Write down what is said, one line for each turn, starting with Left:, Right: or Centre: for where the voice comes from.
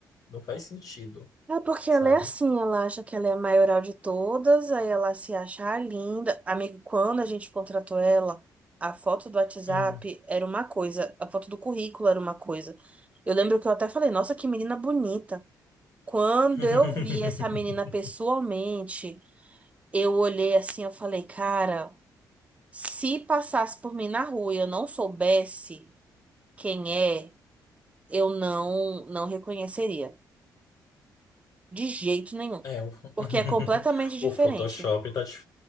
Left: Não faz sentido,
Right: É porque
Left: sabe?
Right: ela é assim, ela acha que ela é a maioral de todas, aí ela se acha a linda. Amigo, quando a gente contratou ela, a foto do WhatsApp
Left: Hum.
Right: era uma coisa, a foto do currículo era uma coisa. Eu lembro que eu até falei, nossa, que menina bonita. Quando
Left: <laughs>
Right: eu vi essa menina pessoalmente, eu olhei assim, eu falei, cara, se passasse por mim na rua e eu não soubesse quem é, eu não, não reconheceria. De jeito nenhum.
Left: É, o,
Right: Porque
Left: <laughs>
Right: é completamente diferente.
Left: o Photoshop tá de...